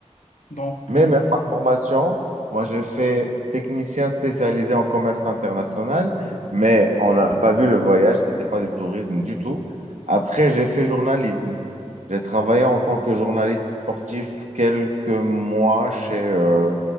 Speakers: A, on the left; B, on the right.
A: Donc,
B: Mais
A: euh,
B: même ma formation, moi j'ai fait technicien spécialisé en commerce international,
A: oui,
B: mais on n'a pas vu le voyage, c'était pas du tourisme du tout. Après, j'ai fait journalisme. J'ai travaillé en tant que journaliste sportif quelques mois chez euh,